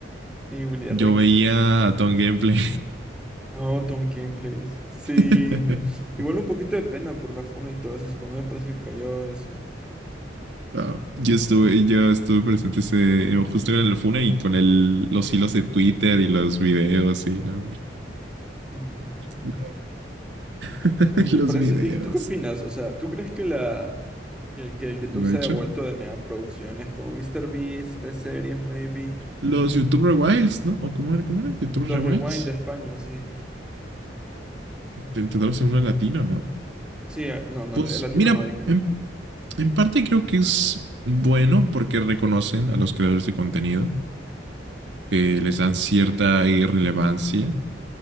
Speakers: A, in the centre; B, on the right (about 70°).
A: Ni Willy
B: Yo
A: Rex.
B: veía a Tom Gameplay.
A: No, Tom Gameplays. Sí.
B: <laughs>
A: Igual un poquito de pena por la funa y todo eso. Cuando me parece que cayó eso. Pero,
B: wow. Yo estuve, yo estuve presente ese, justo en la funa y con el, los hilos de Twitter y los videos y no, hombre.
A: mm.
B: No. <laughs>
A: ¿Y qué te
B: los
A: parece?
B: videos.
A: ¿Y tú qué opinas? O sea, ¿tú crees que la que, que YouTube
B: ¿Lo
A: se
B: ha hecho?
A: ha devuelto de mega producciones como MrBeast, T-Series, maybe?
B: Los YouTuber Wilds, ¿no? ¿O cómo era? ¿Cómo era? ¿YouTuber
A: Los
B: Wilds?
A: Rewind de España, sí.
B: intentar hacer uno latino, ¿no?
A: Sí, ah, no, no,
B: Pues
A: el latino
B: mira,
A: no hay, creo.
B: en, en parte creo que es bueno porque reconocen a los creadores de contenido, que les dan cierta irrelevancia